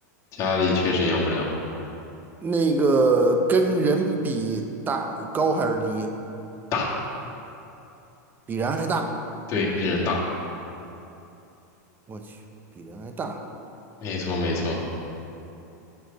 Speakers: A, on the left; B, on the right.
A: 家里确实养不了，
B: 那个跟人比大高还是低？
A: 大，
B: 比人还大？
A: 对，比人大，
B: 我去，比人还大，
A: 没错没错，